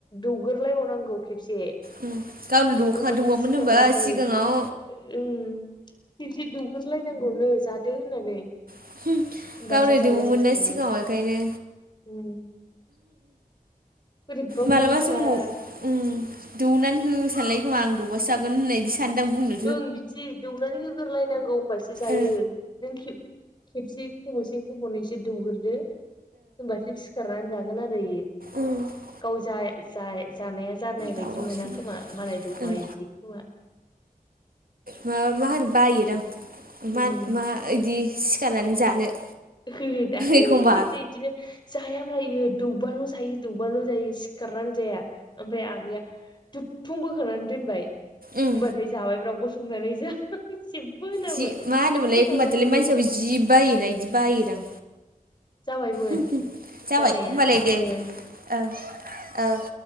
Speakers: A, on the left; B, on the right.
A: दौग्रलायबावनांगौ खेबसे
B: गावनो दखा
A: ओमबासो
B: दौवामोन
A: सिखारनानै
B: होनबा
A: जायो
B: सिगाङाव
A: उम बिदि दौग्रोलायनांगौ नो जादो होननानै
B: <unintelligible>
A: होमबासो
B: गावनो
A: जालायलायबावो
B: दौओमोन ना सिगाङाव ओखायनो
A: उम बोरिबबा
B: मालाबा
A: अलसिया
B: समाव उम दौनानै हो सानलायो खोमा आं दौबासो जागोन होननाय दिस सान्दां बुंनो
A: ओं बिदि दौनानै होग्रोलायनांगौ होनबासो जायो
B: ओ
A: नों खे खेबसे खब'से खब'नैसो दौगोरदो होमबासो सिखारनानै जागोन आरो इयो।
B: ओ उम
A: गाव जा-जा-जानाया जानाय
B: दावरावसो
A: बायदि मोना खोमा मालाय
B: फैदों
A: दौबा
B: ओं
A: इदि <unintelligible>
B: मा मा होनो बायो दां मा
A: उम
B: मा इदि सिखारनानै जानो
A: <unintelligible> दाख्लैबो
B: एखमबा
A: खेबसे बिदिनो जायाब्रा इयो दौबाल' जायो दौबाल' जायोस खारनानै जाया ओमफ्राय आगैया दुथुं बोखांनानै दोनबाय
B: उम
A: होमबाथाय जाबायब्रा गसंनानै <unintelligible>
B: जि मा होनोमोनलाय
A: जेबो खालामाबो
B: बादुलि मानसियाबो जि बायोना इदि बायो दां
A: जाबायमोन
B: <unintelligible> जाबाय
A: जानाया
B: होमबालाय दे
A: ओं
B: ओं औ